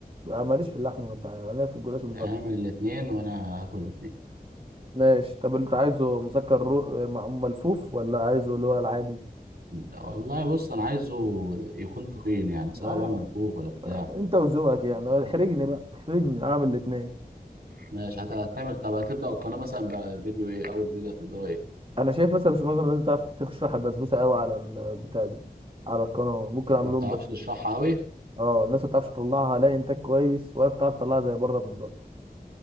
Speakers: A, on the right; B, on the right.
A: آه، ماليش في اللحمه ما انت عارف. انا ليا في الجلاش ومسكر
B: اعمل الاتنين وانا هاكل الاتنين
A: ماشي طب انت عايزه مسكر رو... مع- ملفوف ولا عايزه اللي هو العادي
B: والله بص انا عايزه يكون تخين يعني سواء
A: عادي
B: بقى ملفوف ولا بتاع
A: انت وذوقك يعني اه، احرجني بقى احرجني اعمل الاثنين
B: ماشي هت- هتعمل طب هتبدأ القناة مثلا بفيديو ايه أول فيديو هتبدأه ايه
A: انا شايف مثلا مش معظم الناس بتعرف تشرح البسبوسه قوي على البتاع دي على القناه ممكن اعمل
B: ما بتعرفش
A: لهم بسبوسه
B: تشرحها أوي
A: اه الناس ما بتعرفش تطلعها لا انتاج كويس ولا بتعرف تطلعها زي بره بالظبط